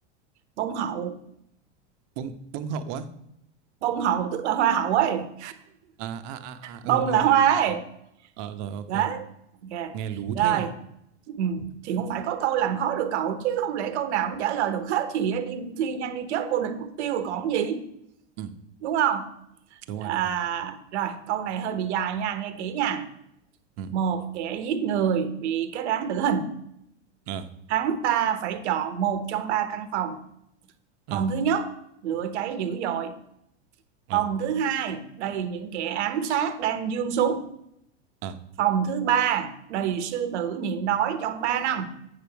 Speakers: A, on the right (about 75°); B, on the right (about 50°).
A: bông hậu.
B: bông bông hậu á
A: bông hậu tức là hoa hậu ấy
B: à à à à
A: bông
B: ừ ừ
A: là hoa
B: ừ ừ
A: ấy
B: ừ. ờ rồi ok
A: đó ok
B: nghe lú
A: rồi
B: thế nhỉ
A: ừ. thì cũng phải có câu làm khó được cậu chứ không lẽ câu nào cũng trả lời được hết thì đi thi nhanh như chớp vô địch mất tiêu rồi còn gì
B: ừ
A: đúng không
B: đúng
A: à,
B: rồi đúng rồi
A: rồi câu này hơi bị dài nha nghe kỹ nha
B: ừ
A: một kẻ giết người bị kết án tử hình
B: ờ
A: hắn ta phải chọn một trong ba căn phòng
B: ờ
A: phòng thứ nhất lửa cháy dữ dội
B: ờ
A: phòng thứ hai đầy những kẻ ám sát đang giương súng
B: ờ
A: Phòng thứ ba đầy sư tử nhịn đói trong 3 năm.